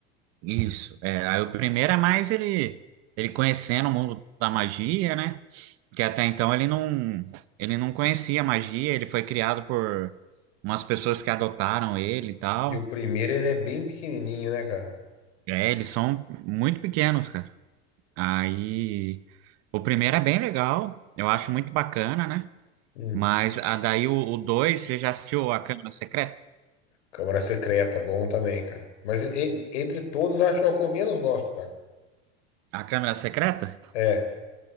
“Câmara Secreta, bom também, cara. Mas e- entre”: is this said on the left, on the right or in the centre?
Left